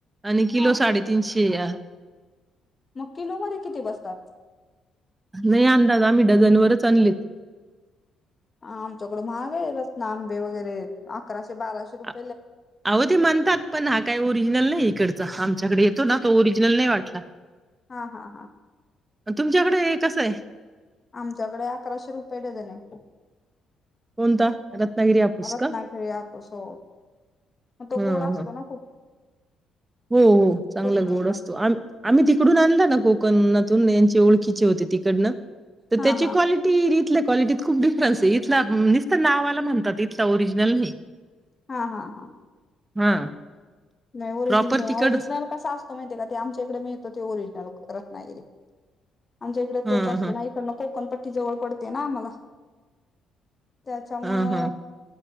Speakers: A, on the right; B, on the left.
A: आणि किलो
B: हा
A: साडेतीनशे <inaudible>
B: मग किलो मध्ये किती बसतात?
A: नाही अंदाज आम्ही डझन वरच आणले.
B: आमच्याकडे महाग आहे रत्ना आंबे वगैरे अकराशे बाराशे रुपये
A: आ- अहो ते म्हणतात पण हा काय ओरिजनल नाही इकडं ज हा आमच्याकडे येतो ना तो ओरिजनल नाही वाटला.
B: हा हा हा
A: तुमच्याकडे हे कस य.?
B: आमच्याकडे अकराशे रुपये डझन आहे.
A: कोणता रत्नागिरी हापूस
B: हा रत्नागिरी
A: का
B: हापूस हो म तो
A: ह ह.
B: गोड असतो ना खूप
A: हो हो चांगला
B: कोकणातला
A: गोड असतो, आम
B: त्याच्यामुळे
A: आम्ही तिकडून आणला ना कोकणत <unintelligible> ओळखीचे होते तिकडंन तर
B: हा
A: त्याची
B: हा
A: क्वालिटी खूप इथल्या क्वालिटीत खूप डिफ्रेन्स आहे इथला नुसता नावाला म्हणतात. इथला ओरिजनल
B: हा हा हा
A: हा
B: नाही ओरिजनल
A: प्रॉपर
B: नाही
A: तिकडच
B: ओरिजनल कसा असतो माहिते का ते आमच्याकडे मिळतो त्यो ओरिजनल रत्नागिरी.... आमच्याकडे
A: ह
B: तोच असतो
A: ह
B: ना इकडंन कोकणपट्टी जवळ पडते ना मग <inaudible> त्याच्यामुळ
A: ह ह